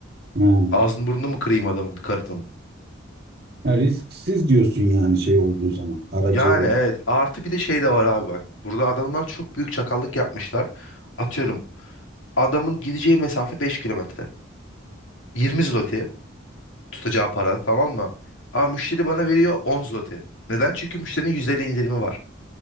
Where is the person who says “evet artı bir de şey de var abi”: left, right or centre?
Left